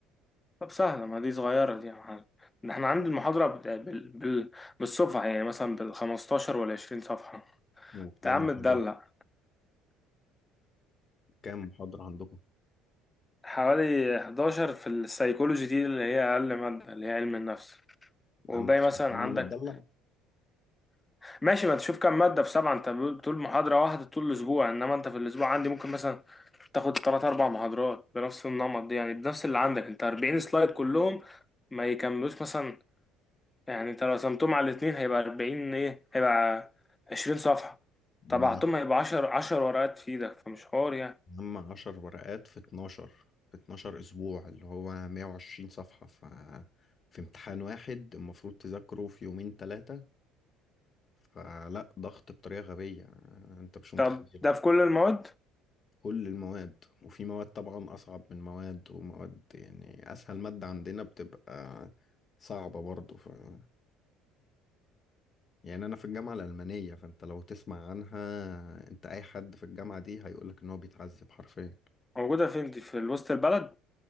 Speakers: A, on the left (about 20°); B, on the left (about 40°).
A: طب سهلة ما دي صغيرة دي يا معلم ده احنا عند المحاضرة بال... بال... بال... بالصفحة يعني مثلا بالخمستاشر والعشرين صفحة
B: وكام
A: انت يا عم
B: محاضرة
A: تدلع
B: كام محاضرة عندكم
A: حوالي 11 في السيكولوجي دي اللي هي أقل مادة اللي هي علم النفس وباقي
B: انا انت
A: مثلا
B: شايف ان
A: عندك
B: انا متدلع
A: ماشي ما تشوف كام مادة في سبعة انت بتقول محاضرة واحدة طول الأسبوع انما انت في الأسبوع عندي ممكن مثلا تاخد تلات أربع محاضرات بنفس النمط دي يعني بنفس اللي عندك انت 40 سلايد كلهم ما يكملوش مثلا يعني انت لو قسمتهم على الاتنين هيبقى 40 ايه هيبقى 20 صفحة طبعتهم
B: ماشي
A: هيبقى 10 10 ورقات في ده فمش حوار يعني
B: هم عشر ورقات في اتناشر في اتناشر أسبوع اللي هو مية وعشرين صفحة ف في امتحان واحد المفروض تذاكره في يومين تلاتة فلا ضغط بطريقة غبية أنت مش متخيل
A: طب ده في كل المواد
B: كل المواد وفي مواد طبعا أصعب من مواد ومواد يعني أسهل مادة عندنا بتبقى صعبة برضو فلا يعني أنا في الجامعة الألمانية فأنت لو تسمع عنها أنت أي حد في الجامعة دي هيقولك إن هو بيتعذب حرفيا
A: موجودة فين دي في وسط البلد